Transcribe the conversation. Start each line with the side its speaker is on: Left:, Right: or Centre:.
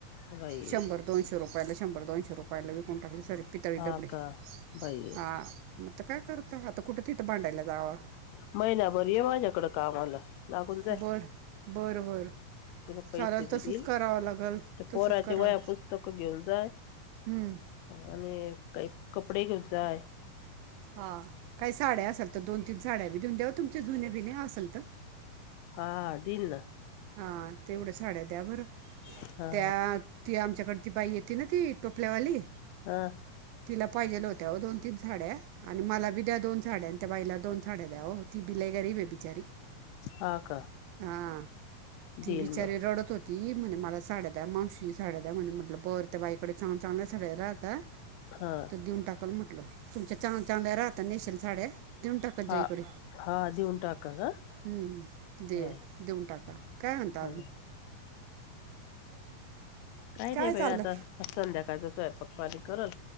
Left: बाई
Right: शंभर-दोनश. रूपायला शंभर दोशे रुपायला विकून टाकले सारे. पितळी
Left: हा
Right: डबडी
Left: का बाई
Right: हां मगं कायं करता आता कुठं तिथं भांडायला जावां.
Left: महिनाभर ये माझ्याकडं कामाला लागून जाय.
Right: बर बर बर.
Left: तुला पैसे
Right: चालेल
Left: बी
Right: तसच
Left: देईल
Right: करावं लागेल
Left: त्या पोराचे
Right: तसच कराव.
Left: वया पुस्तक घेऊन जाय
Right: हम्म.
Left: आणि काही कपडे घेऊन जाय.
Right: हा काही साड्या असेल तर दोन तीन साड्या बी देऊन द्यावा तुमचे जुने बिने असल तर.
Left: हा, दिन ना.
Right: हा, तेवढ्या साड्या द्या बरं.
Left: हा
Right: त्या ती आमच्याकड ती बाई येते ना ती टोपल्यावाली.
Left: हा हा
Right: तिला पाहिजेल होत्या दोन-तीन साड्या आणि मला बी द्या दोन साड्या आणि त्या बाईला दोन साड्या द्या ओ. ती बि लय गरीब आहे बिचारी
Left: हा का
Right: हा.
Left: देईल
Right: ती बिचारी
Left: मग
Right: रडत होती म्हणे मला साड्या द्या मावशी साड्या द्या म्हणे म्हटलं बर. त्या बाईकडे चांग-चांगल्या सड्या राहाता
Left: हा
Right: तर देऊन टाक. कल म्हटलं तमच्या चांग-चांगल्या राहता नेशील साड्या. देऊन टाका
Left: हा
Right: जाईकडे
Left: हा देऊन टाकाल हा
Right: हम्म दे
Left: हा
Right: देऊन टाका. काय म्हणतां
Left: हा
Right: आजून?
Left: काही
Right: काय
Left: नाही
Right: चाललं
Left: बाई आता संध्याकाळ चा स्वयंपाक-पाणी करल.